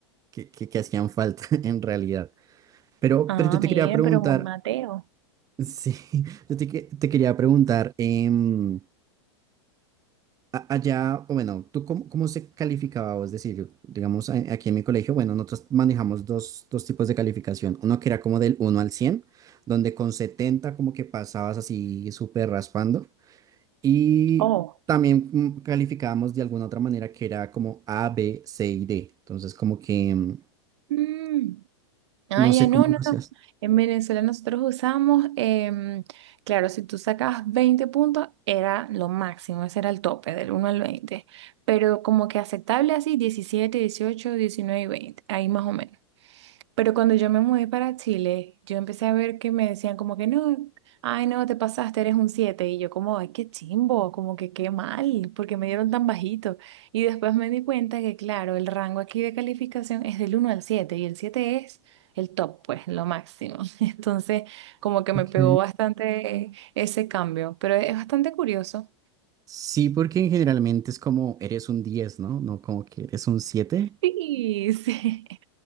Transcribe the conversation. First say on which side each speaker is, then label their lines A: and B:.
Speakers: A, on the right; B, on the right.
A: que, que, que hacían falta <laughs> en realidad. Pero,
B: Ah,
A: pero yo te
B: mira,
A: quería preguntar,
B: pero muy Mateo.
A: sí, <laughs> yo te, que- te quería preguntar, em, a- Allá, o bueno, ¿tú cómo, cómo se calificaba? o Es decir, digamos, a- aquí en mi colegio, bueno, nosotros manejamos dos, dos tipos de calificación. Uno que era como del uno al cien donde con 70 como que pasabas así súper raspando. Y
B: Oh.
A: también mm, calificábamos de alguna otra manera que era como A, B, C y D. Entonces, como que mm,
B: Mm. Ah,
A: no
B: ya
A: sé
B: no,
A: cómo
B: no,
A: lo hacías.
B: no. En Venezuela nosotros usamos, em, claro, si tú sacabas 20 puntos, era lo máximo, ese era el tope, del uno al veinte Pero como que aceptable así, diecisiete dieciocho 19 y 20 ahí más o menos. Pero cuando yo me mudé para Chile, yo empecé a ver que me decían como que no, ay no, te pasaste, eres un siete Y yo como, ay, qué chimbo, como que qué mal, porque me dieron tan bajito. Y después me di cuenta que, claro, el rango aquí de calificación es del uno al 7 y el 7 es el top, pues, lo máximo. <laughs> Entonces, como que me
A: Ok.
B: pegó bastante ese cambio, pero es bastante curioso.
A: Sí, porque generalmente es como eres un diez ¿no? No como que eres un siete
B: Sí, <laughs> sí.